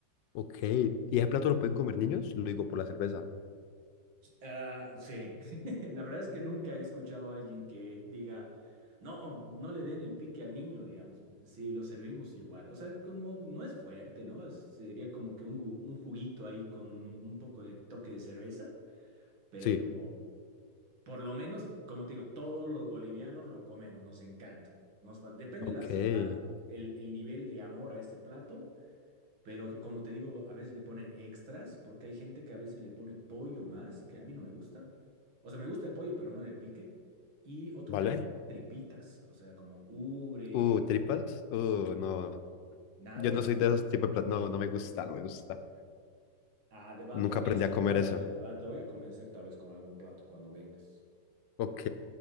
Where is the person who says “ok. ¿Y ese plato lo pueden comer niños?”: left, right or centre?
Left